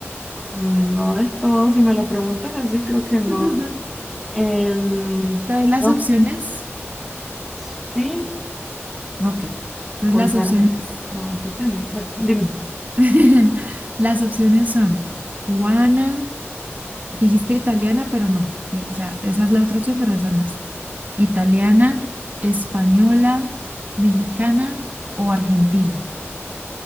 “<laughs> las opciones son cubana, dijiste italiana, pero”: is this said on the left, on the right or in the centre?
Right